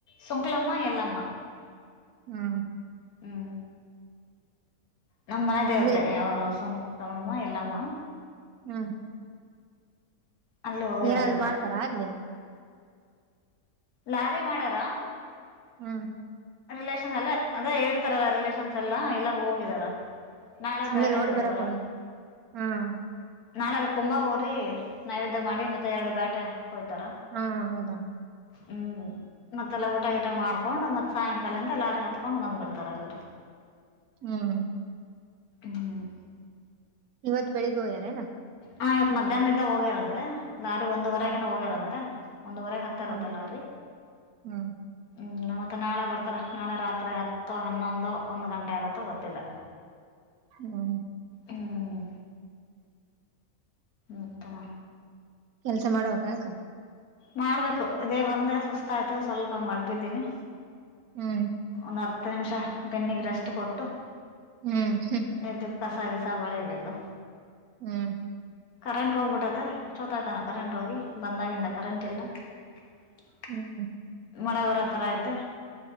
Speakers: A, on the left; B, on the right.
A: ಸುಂಕ್ಲಮ್ಮ ಎಲ್ಲಮ್ಮ
B: ಹ್ಮಾ.
A: ಹ್ಮ. ನಮ್ ಮನೆ ದೇವತೆ
B: ಅಲ್ಲಿ
A: ಅವ್ರು ಸುಂಕಮ್ಮ ಎಲ್ಲಮ್ಮ.
B: ಹ್ಮ
A: ಅಲ್ಲಿ ಹೋಗಿದಾರೆ
B: ಏನಾದ್ರು
A: ಎಲ್ಲರೂ
B: ಮಾಡ್ತಾರಾ ಅಲ್ಲಿ.
A: ಲಾರಿ ಮಾಡಾರ.
B: ಹ್ಮ್
A: ರಿಲೇಷನ್ಸ್ ಎಲ್ಲ ಅದೇ ಹೇಳಿರ್ತಾರಲ್ಲ ರಿಲೇಷನ್ಸ್ ಎಲ್ಲಾ ಎಲ್ಲಾರು ಹೋಗಿದಾರ. ನಾಳೆ
B: ಸುಮ್ನೆ
A: ಬೇಟಕ್
B: ನೋಡಿ
A: ಹೋಯ್ತಾರ.
B: ಬರಕ್ ಹೋಗ? ಹ್ಮ್
A: ನಾಳಲ್ಲಿ ಕುಂಬ ಊರಿ ನೈವೇದ್ಯ ಮಾಡಿ ಮತ್ತೆ ಎರಡು ಬೇಟೆ ಹೊಯ್ತಾರ.
B: ಹ್ಮ ಹೌದಾ.
A: ಹ್ಮ್ ಮತ್ತೆಲ್ಲ ಊಟ ಗಿಟ ಮಾಡ್ಕೊಂಡ್ ಮತ್ ಸಾಯಂಕಾಲದಿಂದ ಲಾರಿ ಹತ್ಕೊಂಡ್ ಬಂದ್ ಬಿಡ್ತಾರೆ ಎಲ್ಲಾರು.
B: ಹ್ಮ
A: ಹ್ಮ್
B: ಇವತ್ ಬೆಳಿಗ್ಗೆೋಯ್ಯಾರನಾ.
A: ಹಾ ಇವತ್ ಮಧ್ಯಾಹ್ನದ್ದ ಹೋಗ್ಯಾರಂತೆ ಲಾರಿ ಒಂದ್ವರೆಗನ
B: ಹ್ಮ್
A: ಹೋಗ್ಯಾರಂತೆ ಒಂದ್ವರೆಗೆ. ತರತಲ್ಲ
B: ಹೌದ್
A: ರೀ
B: ಹ್ಮ್
A: ಹ್ಮ ನಮ ಮತ್ತ ನಾಳೆ ಬರ್ತಾರ ನಾಳೆ ರಾತ್ರಿ ಹತ್ತು ಹನ್ನೊಂದು ಒಂದು ಗಂಟೆ ಆಗತ್ತೋ ಗೊತ್ತಿಲ್ಲ.
B: ಹ್ಮ
A: ಹ್ಮ್ ಉತ್ತಮ.
B: ಕೆಲ್ಸ ಮಾಡ್ಬೇಕಾ ಅಕ್ಕ.
A: ಮಾಡ್ಬೇಕು ಇದೇ ಬಂದ ಸುಸ್ತ ಆಯ್ತು ಸ್ವಲ್ಪ ಹಂಗ ಹೊಡ್ಬಿದ್ದೀನಿ.
B: ಹ್ಮ್
A: ಒಂದು ಹತ್ತು ನಿಮಿಷ ಕಣ್ಣಿಗ್ ರೆಸ್ಟ್ ಕೊಟ್ಟು.
B: ಹ್ಮ್ ಹ್ಮ್
A: ಎದ್ದು ಕಸ ಗಿಸ ಬಳಿಬೇಕು.
B: ಹ್ಮ್
A: ಕರೆಂಟ್ ಹೋಗ್ಬಿಡದ ಎಷ್ಟ ಹಯ್ತಾನ ಕರೆಂಟ್ ಹೋಗಿ ಬಂದಾಗಿಂದ ಕರೆಂಟ್ ಇಲ್ಲ. <unintelligible>
B: ಹ್ಮ್ ಹ್ಮ್
A: ಮಳೆ ಬರ ತರ ಐತೆ.